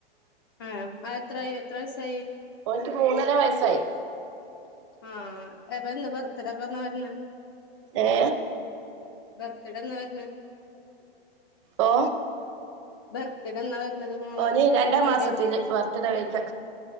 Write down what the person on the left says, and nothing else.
ആ ആ എത്രായി എത്ര വയസ്സായി?
ആ എപ്പൊ എന്ന് ബർത്ത്ഡേ ഒക്കെ എന്നാ വരണേ?
ബർത്ത്ഡേന്ന് പറഞ്ഞ
ബെർത്ഡെ ന്നാ വര് ന്നത് മോളെ
മോന്റെ.